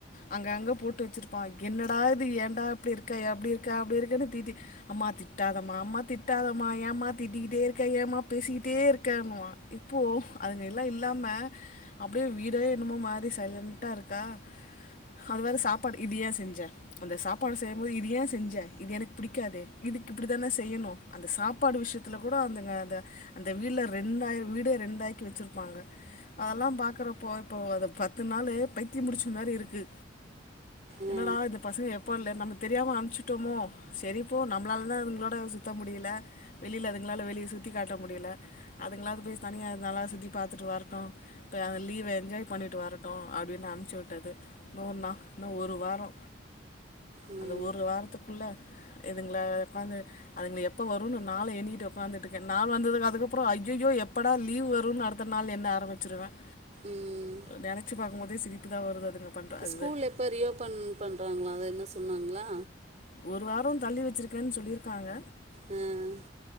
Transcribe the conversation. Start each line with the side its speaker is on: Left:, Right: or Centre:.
Left: அங்கங்க போட்டு வச்சிருப்பான் என்னடா இது ஏன்டா இப்டிருக்க எப்டிருக்கா அப்டிருக்கன்னு திட்டி அம்மா திட்டாதமா அம்மா திட்டாதமா ஏமா திட்டிக்கிட்டே இருக்க ஏமா பேசிக்கிட்டே இருக்கன்னுவான் இப்போ அதுங்கல்லா இல்லாம அப்டியே வீட என்னமோ மாரி சைலன்டா இருக்கா அது வேற சாப்பாடு இது ஏன் செஞ்ச அந்த சாப்பாடு செய்யும்போது இது ஏன் செஞ்ச இது எனக்கு புடிக்காதே இதுக்கு இப்டி தானே செய்யணும் அந்த சாப்பாடு விஷயத்துல கூட அதுங்க அந்த அந்த வீட்ல ரெண்டாயர வீடே ரெண்டாக்கி வெச்சிருப்பாங்க அதெல்லாம் பாக்குறப்போ இப்போ அத பத்து நாளு பைத்தியம் புடிச்ச மாரி இருக்கு
Right: ஆ
Left: என்னடா இந்த பசங்க எப்ப இல் நம்ம தெரியாம அனுப்ச்சுட்டோமோ செரிப்போ நம்மளால தான் அதுங்களோட சுத்த முடில வெளில அதுங்களால வெளிய சுத்தி காட்ட முடில அதுங்களாவது போய் தனியா அத நல்லா சுத்தி பாத்துட்டு வரட்டும் இப்ப அந்த லீவ என்ஜாய் பண்ணிட்டு வரட்டும் அப்டின்னு அனுப்ச்சு விட்டது இன்னொ நா இன்னும் ஒரு வாரோ
Right: ம்
Left: அந்த ஒரு வாரத்துக்குள்ள இதுங்கள ஒக்காந்து அதுங்க எப்ப வரும் நாள எண்ணிட்டு உக்காந்துட்ருக்கேன் நா வந்தது அதுக்கப்பற ஐய்யயோ எப்படா லீவ் வரும் அடுத் த்த நாள்லருந்து என்ன ஆரம்பிச்சுருவேன்
Right: ம்
Left: நெனச்சி பாக்கும் போதே சிரிப்பு தான் வருது அதுங்க பண்ணுற அது
Right: ஸ்கூல் எப்போ ரீஓபன் பண்றாங்க அத என்ன சொன்னாங்களா
Left: ஒரு வாரோ தள்ளி வச்சிருக்கேன்னு சொல்லிருக்காங்க
Right: ம்